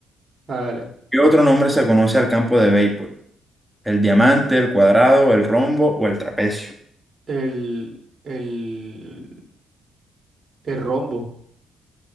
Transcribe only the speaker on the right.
Dale.
El, el, el rombo.